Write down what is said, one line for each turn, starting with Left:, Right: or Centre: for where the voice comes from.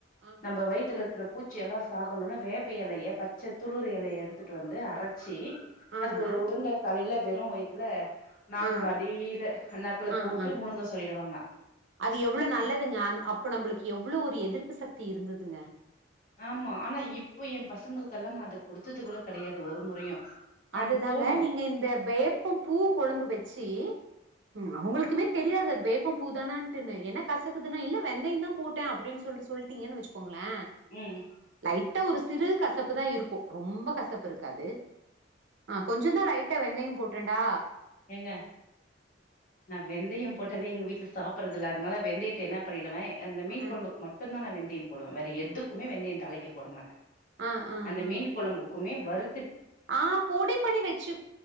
Right: ஆ
Left: நம்ப வயித்துல இருக்குற பூச்சிெல்லா சாகணுன்னு வேப்ப எலைய பச்ச துளிர் எலைய எடுத்துட்டு வந்து அரச்சு
Right: ஆங்க
Left: அது ஒரு உருண்ட காலையில வெறு வயதுல நாக்கு
Right: ஆ
Left: அடியில நாக்குள்ள
Right: ஆ ஆ
Left: போட்டு
Right: ஆ
Left: முழுங்க சொல்லிடுவாங்க
Right: அது எவ்ளோ நல்லதுங்க
Left: ஆ
Right: அந் அப்போ நம்பளுக்கு எவ்ளோ ஒரு எதிர்ப்பு சக்தி இருந்ததுங்க
Left: ஆமா ஆனா இப்போ எ பசங்களுக்கெல்லா நா அத குடுத்தது கூட கெடையாது ஒரு முறையு ஆ
Right: அதுதாங்க
Left: தோணு
Right: நீங்க இந்த வேப்பம் பூ கொழம்பு வெச்சு ம் அவங்களுக்குமே தெரியாது அது வேப்பம் பூதானாண்டுனு என்ன கசக்குதுன்னா இல்ல வெந்தய தா போட்டே அப்டின் சொல்ட்டு சொல்லிட்டீங்கன்னு வச்சுக்கோங்க களே
Left: ம்
Right: லைட்டா ஒரு சிறு கசப்பு தா இருக்கு ரொம்ப கசப்பு இருக்காது ஆ கொஞ்ச தா லைட்டா வெந்தய போட்டேண்டா
Left: எங்க நா வெந்தய போட்டாலே எங்க வீட்டுல சாப்பறதுல்ல அதுனால வெந்தய த என்ன பண்ணிடுவே அந்த மீன்
Right: ஆ
Left: கொழம்புக்கு மட்டு தா நா வெந்தய போடுவேனவேற எதுக்குமே வெந்தய தலைக்கு போட மாட்டே
Right: ஆ ஆ
Left: அந்த
Right: ஆ
Left: மீன் கொழம்புக்குமே வரு
Right: ஆ பொடி பண்ணி வெச்சு